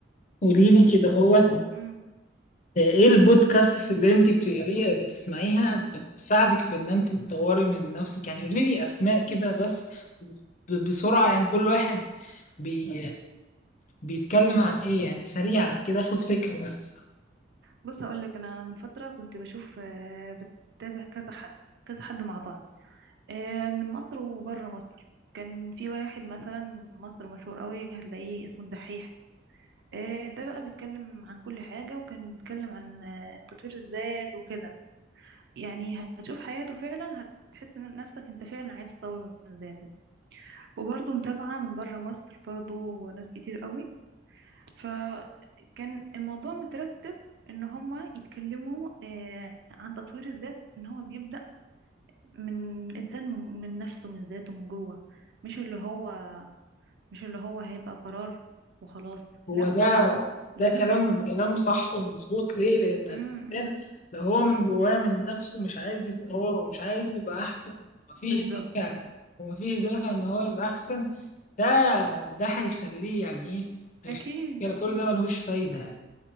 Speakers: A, on the left (about 40°); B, on the right (about 60°).
A: قولي لي كده هو
B: مم.
A: ايه البودكاست اللي انت بتقريها بتسمعيها بتساعدك في ان انت تطوري من نفسك يعني قولي لي اسماء كده بس ب- بسرعة يعني كل واحد بي بيتكلم عن ايه يعني سريعا كده اخد فكرة بس
B: بص اقول لك انا من فترة كنت بشوف آه، بتابع كذا حد كذا حد مع بعض آه، من مصر وبره مصر كان في واحد مثلا مصر مشهور قوي هتلاقيه اسمه الدحيح آه، ده بقى بيتكلم عن كل حاجة وكان بيتكلم عن آه، تطوير الذات وكده يعني هتشوف حياته فعلا هتحس إن نفسك انت فعلا عايز تطور من ذاتك وبرضه متابعة من بره مصر برضه ناس كتير قوي فكان الموضوع مترتب ان هما يتكلموا آه، عن تطوير الذات ان هو بيبدأ من الانسان من من نفسه من ذاته من جوه مش اللي هو مش اللي هو هيبقى قرار وخلاص
A: هو
B: لأ
A: ده
B: لازم
A: ده كلام كلام صح ومظبوط ليه؟ لأن الإنسان
B: امم امم،
A: لو هو من جواه من نفسه مش عايز يتطور ومش عايز يبقى أحسن مفيش
B: بالظبط
A: دافع ومفيش دافع إن هو يبقى أحسن ده ده هيخليه يعني إيه؟ هيخليه
B: اكيد
A: كده
B: اكيد
A: كل ده ملهوش فايدة يعني.